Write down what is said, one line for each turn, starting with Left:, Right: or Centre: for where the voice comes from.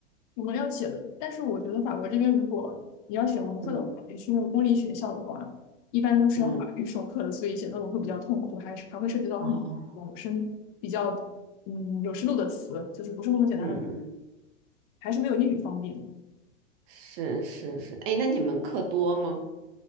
Left: 我们要写的，但是我觉得法国这边，如果你要选文科的话，
Right: 嗯
Left: 也去那种公立学校的话，一般都是要法语授课的，
Right: 嗯
Left: 所以写论文会比较痛苦，还是还会涉及到很多有深比较嗯有深度的词，
Right: 哦
Left: 就是不是那么简单的，
Right: 嗯嗯嗯，
Left: 还是没有英语方便。
Right: 是是是，哎，那你们课多吗？